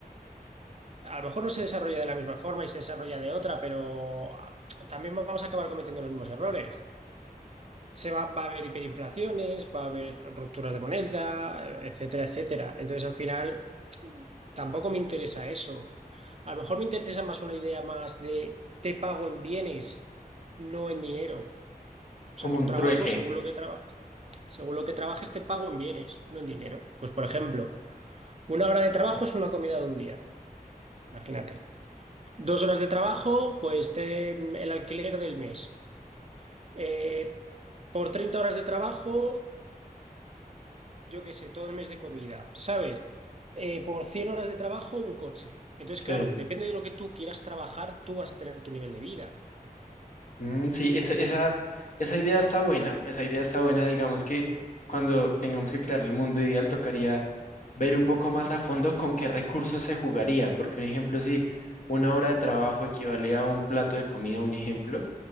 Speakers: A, on the right (about 45°); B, on the left (about 55°).
A: a lo mejor no se desarrolla de la misma forma y se desarrolla de otra, pero también vamos a acabar cometiendo los mismos errores. Se va, va a haber hiperinflaciones, va a haber rupturas de moneda, etcétera, etcétera. Entonces, al final, tampoco me interesa eso. A lo mejor me interesa más una idea más de te pago en bienes, no en dinero. O sea,
B: Como
A: tu
B: un
A: trabajo,
B: trueque.
A: según lo que trabajes, según lo que trabajes, te pago en bienes, no en dinero. Pues, por ejemplo, una hora de trabajo es una comida de un día, imagínate. Dos horas de trabajo, pues te, el alquiler del mes. Eh, por 30 horas de trabajo, yo qué sé, todo el mes de comida, ¿sabes? Eh, por 100 horas de trabajo, un coche. Entonces,
B: Sí.
A: claro, depende de lo que tú quieras trabajar, tú vas a tener tu nivel de vida.
B: Mm, sí, esa, esa, esa idea está buena, esa idea está buena, digamos que cuando tengamos que crear el mundo ideal tocaría ver un poco más a fondo con qué recursos se jugaría, porque un ejemplo, si una hora de trabajo equivale a un plato de comida, un ejemplo,